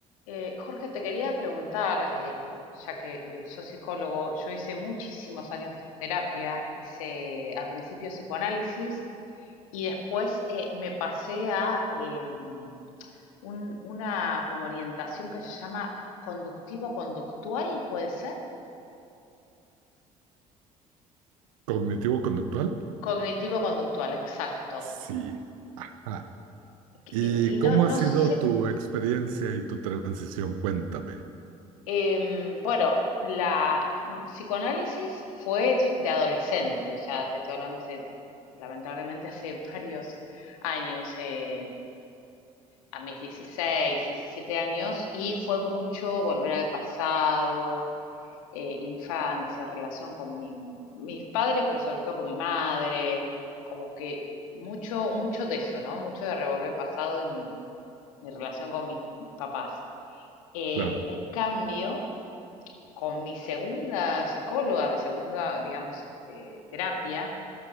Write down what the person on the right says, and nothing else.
¿Cognitivo-conductual?
Sí. Ah,
¿y
cómo
ha sido
tu experiencia y tu transición? Cuéntame.
Claro.